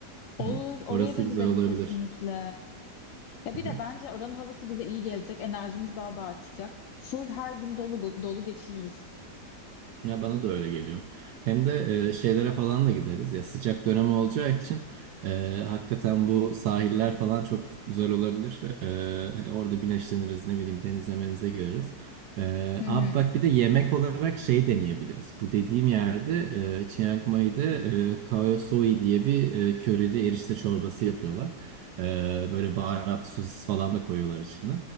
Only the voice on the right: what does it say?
Hı.
Orası
güzel olabilir.
Hı
hı.
Ya bana da öyle geliyor. Hem de e, şeylere falan da gideriz. Ya sıcak dönemi olacağı için e, hakikaten bu sahiller falan çok güzel olabilir. E, orada güneşleniriz, ne bileyim denize menize gireriz. E,
abi bak bir de yemek olarak şey deneyebiliriz. Bu dediğim yerde e, Chiang Mai'de e, Khao Soi diye bir e, körili erişte çorbası yapıyorlar. E, böyle baharatlı sosis falan da koyuyorlar içine.